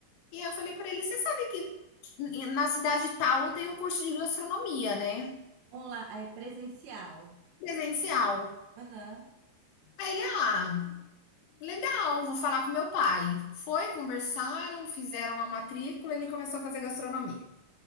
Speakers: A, on the left; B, on the right.
A: E eu falei para ele: você sabe que na cidade tal tem um curso de gastronomia, né?
B: Onla- é presencial.
A: Presencial.
B: Aham.
A: Aí ele, ah, legal, vou falar com meu pai. Foi, conversaram, fizeram a matrícula, ele começou a fazer gastronomia.